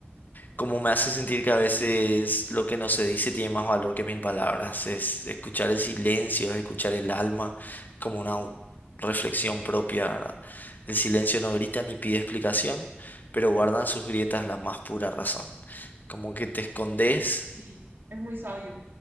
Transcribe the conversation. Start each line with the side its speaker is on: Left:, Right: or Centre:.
Left: Como me hace sentir que a veces lo que no se dice tiene más valor que mil palabras, es escuchar el silencio, es escuchar el alma, como una au- reflexión propia, ¿verdad? El silencio no grita ni pide explicación, pero guardan sus grietas la más pura razón. Como que te escondes,
Right: Y es muy sabio.